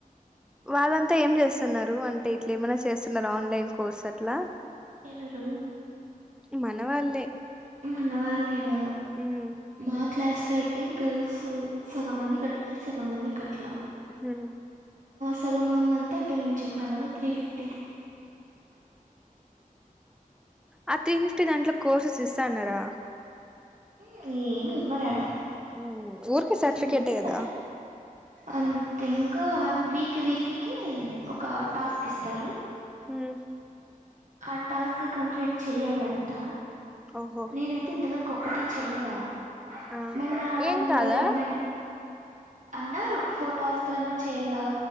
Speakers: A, in the centre; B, on the right.
A: వాళ్ళంతా ఏం చేస్తున్నారు అంటే ఇట్లా ఏమనా చేస్తున్నారు ఆన్లైన్ కోర్స్ అట్లా
B: ఎవరు
A: మన వాళ్ళే
B: మన వాళ్ళ లెన
A: ఉమ్
B: మా క్లాస్ లో అయితే గర్ల్స్ స సగం మంది కట్ నార్ సగం మంది కట్లా
A: ఉమ్
B: సగం మంది అంత అయితే నే చెప్పిన కదా త్రీ ఫిఫ్టీ
A: ఆ త్రీ ఫిఫ్టీ దాంట్లో కోర్సెస్ ఇస్తా అన్నారా
B: ఏమి ఏమీ ఇవ్వరా ఆడా
A: ఉమ్ ఊరికే సర్టిఫికేటే
B: ఫ
A: కదా
B: అంతింకా వన్ వీక్ వీక్కిికీ ఒక టాస్క్ ఇస్తారు
A: మ్
B: ఆ టాస్క్ కంప్లీట్ చెయ్యాల అంట
A: ఓహో
B: నేనైతే ఇంతవరకు ఒక్కటి చేయలా
A: ఆ
B: మళ్ళా దాన్ని
A: ఏం కాదా
B: వేరే అమ్మాయిని అన్నారు ఫోర్ టాస్క్ లోన్నా చేయలా